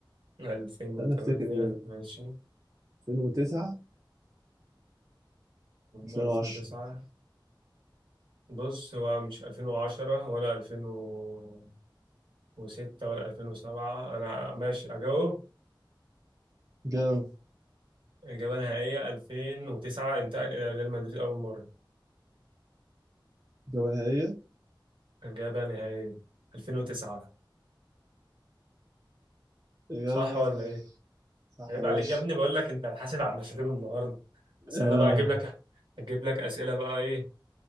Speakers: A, on the right; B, on the right.
A: 2008
B: انا افتكر ايه
A: ماشي
B: 2009 2010
A: 2009 بص هو مش 2010 ولا 2006 ولا 2007 أنا ماشي أجاوب
B: جاب
A: إجابة نهائية 2009 انتقل إلى ريال مدريد أول مرة
B: إجابة نهائية
A: إجابة نهائية 2009
B: إجابة
A: صح ولا
B: صحيحة
A: إيه؟
B: صح
A: عيب
B: يا باشا
A: عليك يا ابني بقول لك أنت هتحاسب على المشاريب النهاردة بس
B: آه
A: أنا بقى أجيب لك أجيب لك أسئلة بقى إيه؟